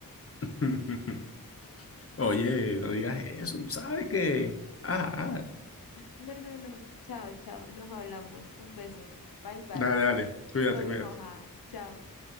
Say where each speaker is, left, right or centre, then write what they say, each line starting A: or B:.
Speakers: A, on the left; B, on the left.
A: <laughs> Oye, no digas eso, sabes que... Ah, ah.
B: No, no, no, chao, chao, nos hablamos. Un beso, bye, bye.
A: dale, dale, cuídate,
B: Estoy
A: cuídate.
B: enojada, chao.